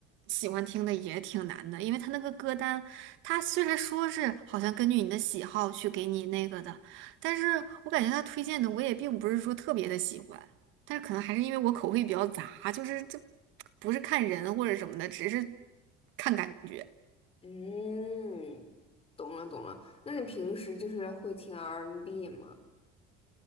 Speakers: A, on the right; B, on the left.
A: 喜欢听的也挺难的，因为他那个歌单，他虽然说是好像根据你的喜好去给你那个的，但是我感觉他推荐的我也并不是说特别的喜欢，但是可能还是因为我口味比较杂，就是这不是看人或者什么的，只是看感觉。
B: <laughs> 嗯，懂了懂了。那你平时就是会听 R&B n 吗？